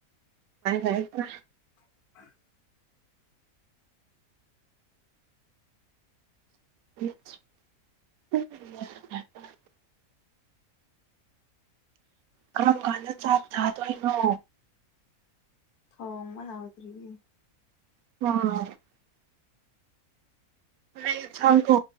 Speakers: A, on the right; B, on the left.
A: ꯍꯥꯏ ꯇ
B: ꯎ
A: <inaudible> ꯀꯔꯝ ꯀꯥꯟꯗ ꯆꯥꯛ ꯊꯥꯗꯣꯏꯅꯣ
B: ꯊꯣꯡꯉ ꯌꯥꯥꯎꯗꯔꯤ
A: ꯑ ꯅꯁꯪ ꯀ